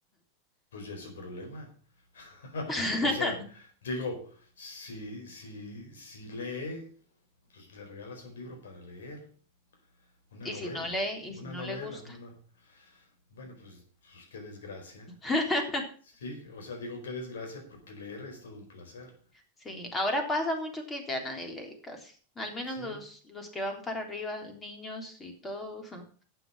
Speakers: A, on the left; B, on the left.
A: Pues ya es su problema. <laughs>
B: <laughs>
A: O sea, digo, si, si, si lee, pues le regalas un libro para leer, una
B: ¿Y
A: novela,
B: si no lee? ¿Y
A: una
B: si no
A: novela,
B: le gusta?
A: una no- Bueno, pues, pues qué desgracia.
B: <laughs>
A: Sí, o sea, digo qué desgracia porque leer es todo un placer.
B: Sí, ahora pasa mucho que ya nadie lee casi. Al menos
A: Sí.
B: los, los que van para arriba, niños y todo, <laughs>